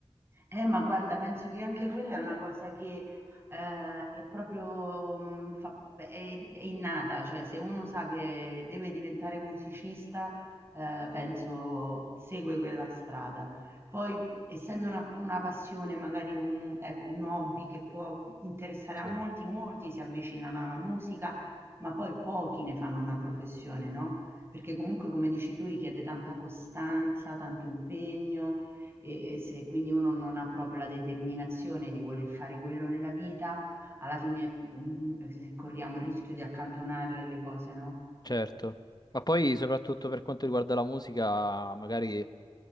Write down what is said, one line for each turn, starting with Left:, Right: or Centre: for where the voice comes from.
Right: Eh, ma guarda, penso che anche quella è una cosa che eh, è proprio mh, fa- è, è innata, cioè se uno sa che deve diventare musicista, eh, penso segue quella strada. Poi, essendo una, una passione, magari un, ecco, un hobby che può interessare a
Left: Sì.
Right: molti, molti si avvicinano alla musica, ma poi pochi ne fanno una professione, no? Perché comunque, come dici tu, richiede tanta costanza, tanto impegno e se quindi uno non ha proprio la determinazione di voler fare quello nella vita, alla fine, mhmm, corriamo il rischio di accantonarle le cose, no?
Left: Certo. Ma poi, soprattutto per quanto riguarda la musica, magari